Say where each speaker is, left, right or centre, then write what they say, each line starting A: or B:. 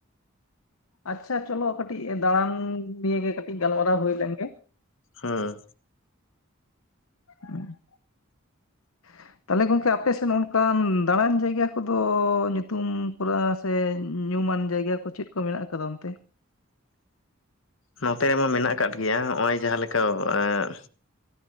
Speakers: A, on the left (about 85°); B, on the left (about 65°).
A: ᱟᱪᱪᱷᱟ ᱪᱚᱞᱚ ᱠᱟᱹᱴᱤᱡ ᱫᱟᱬᱟᱱ ᱱᱤᱭᱟ ᱜᱮ ᱠᱟᱹᱴᱤᱡ ᱜᱟᱞᱢᱟᱨᱟᱣ ᱦᱩᱭ ᱞᱮᱱᱜᱮ᱾
B: ᱦᱩᱸ
A: ᱩᱸ <inaudible> ᱛᱟᱦᱚᱞᱮ ᱜᱚᱝᱠᱮ ᱟᱯᱮ ᱥᱮᱱ ᱚᱱᱠᱟᱱ ᱫᱟᱬᱟᱱ ᱡᱟᱭᱜᱟ ᱠᱚᱫᱚ ᱧᱩᱛᱩᱢ ᱠᱚ ᱨᱮ ᱧᱩᱢᱟᱱ ᱡᱟᱭᱜᱟ ᱠᱚ ᱪᱮᱫ ᱠᱚ ᱢᱮᱱᱟᱜ ᱟᱠᱟᱫᱟ ᱚᱱᱛᱮ?
B: ᱱᱚᱛᱮ ᱨᱮ ᱦᱚᱸ ᱢᱮᱱᱟᱜ ᱟᱠᱟᱫ ᱜᱮᱭᱟ ᱱᱚ ᱚᱭ ᱡᱟᱦᱟᱸᱦᱞᱮᱠᱟ ᱮᱸ